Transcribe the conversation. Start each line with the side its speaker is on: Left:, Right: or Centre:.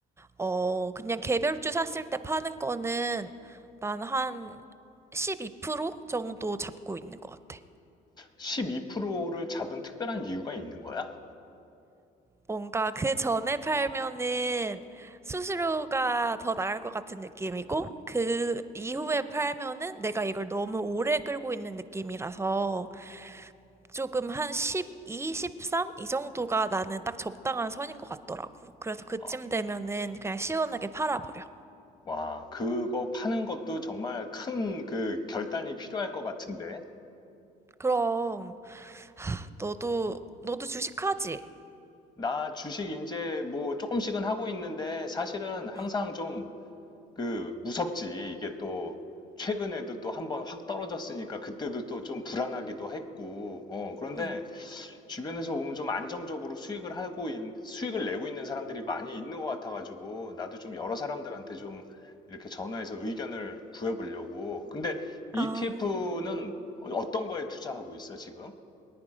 Right: 어, 그냥 개별주 샀을 때 파는 거는 난 한 12% 정도 잡고 있는 것 같아.
Left: 12%를 잡은 특별한 이유가 있는 거야?
Right: 뭔가 그 전에 팔면은 수수료가 더 나갈 것 같은 느낌이고, 그 이후에 팔면은 내가 이걸 너무 오래 끌고 있는 느낌이라서 조금 한 12, 13? 이 정도가 나는 딱 적당한 선인 것 같더라고. 그래서 그쯤
Left: 어.
Right: 되면은 그냥 시원하게 팔아버려.
Left: 와, 그거 파는 것도 정말 큰 그 결단이 필요할 것 같은데.
Right: 그럼 너도, 너도 주식하지?
Left: 나 주식 이제 뭐 조금씩은 하고 있는데 사실은 항상
Right: 응.
Left: 좀 그 무섭지. 이게 또 최근에도 또 한번 확 떨어졌으니까 그때도 또 좀 불안하기도 했고. 어, 그런데
Right: 응.
Left: 주변에서 보면 좀 안정적으로 수익을 하고 있- 수익을 내고 있는 사람들이 많이 있는 것 같아가지고 나도 좀 여러 사람들한테 좀 이렇게 전화해서 의견을 구해보려고. 근데
Right: 아,
Left: ETF는 어떤 거에 투자하고 있어 지금?